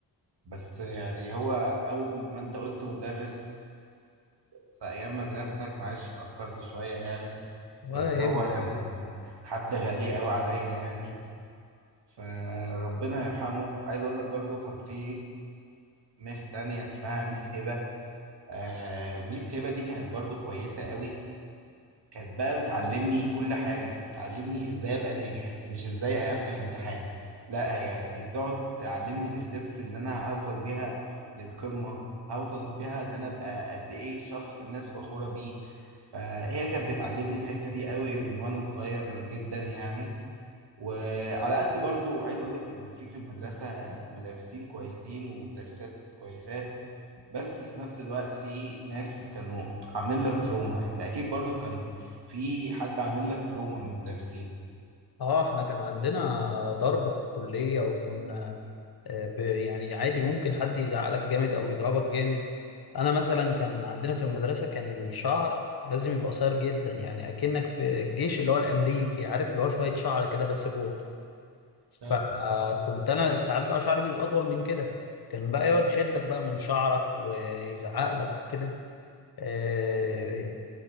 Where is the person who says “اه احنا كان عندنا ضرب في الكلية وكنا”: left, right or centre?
Left